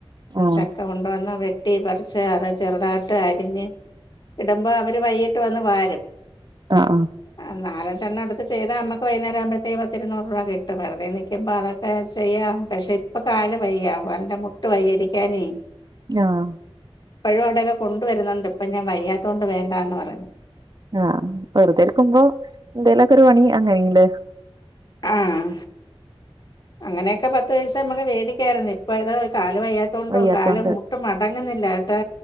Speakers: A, on the right; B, on the left.
A: ആഹ്
B: ചക്ക കൊണ്ടുവന്ന് വെ ട്ടി പറിച്ച് അത് ചെറുതാട്ടരിഞ്ഞ് ഇടുമ്പോ അവര് വൈകീ ട്ട് വന്ന് വാരും
A: ആഹ്
B: ആഹ് നാലഞ്ചെണ്ണടുത്ത് ചെയ്താ നമ്മക്ക് വൈകുന്നേരാവുമ്പഴത്തേ പത്ത് ഇരുനൂറ് രൂപാ കിട്ടും വെറുതെ നി ക്ക്യുമ്പം അതൊക്കെ ചെയ്യാ പക്ഷേ ഇപ്പൊ കാല് വയ്യാ കാല്ന്റെ മുട്ട് വയ്യാ ഇരിക്കാനേ
A: ആഹ്
B: ഇപ്പഴും അവിടെയൊക്കെ കൊണ്ടുവരുന്നുണ്ട് ഇപ്പ ഞാൻ വയ്യാത്തോണ്ട് വേണ്ടാന്ന് പറയും
A: ആഹ് വെറുതെ ഇര്ക്കുമ്പോ എന്തേലൊക്കെ ഒരു പണി അങ്ങനീല്ലേ
B: ആഹ് അങ്ങനെയൊക്കെ പത്ത് പൈസ അമ്മക്ക് വേടിക്കാര്ന്നെ ഇപ്പോ ഇതാ കാല് വയ്യാ ത്തോണ്ടും
A: വയ്യാത്തോണ്ട്
B: കാല് മുട്ട് മടങ്ങ്ന്നില്ലാട്ടൊ